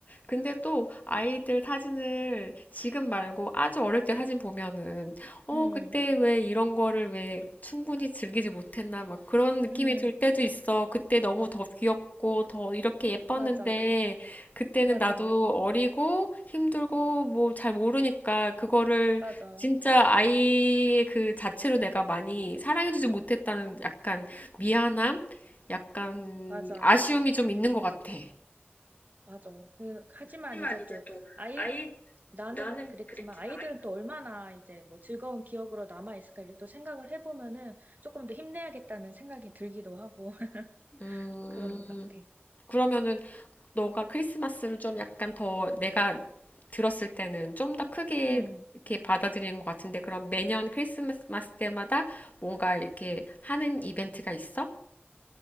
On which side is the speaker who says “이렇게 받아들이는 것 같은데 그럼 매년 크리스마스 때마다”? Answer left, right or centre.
Left